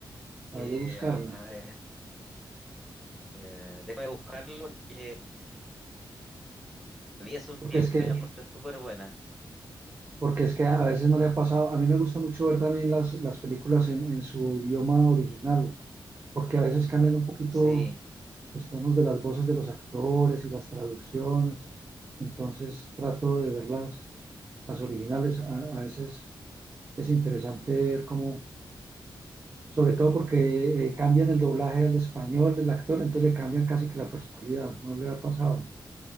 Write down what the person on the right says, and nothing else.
para
yo buscarlo.
Porque
es que
Porque es que a veces no le ha pasado, a mí me gusta mucho ver también las, las películas en, en su idioma original, porque a veces cambian un poquito
los tonos de las voces de los actores y las traducciones, entonces trato de verlas, las originales, a, a veces es interesante ver cómo, sobre todo porque eh, cambian el doblaje al español, el actor, entonces le cambian casi que la personalidad, ¿no le ha pasado?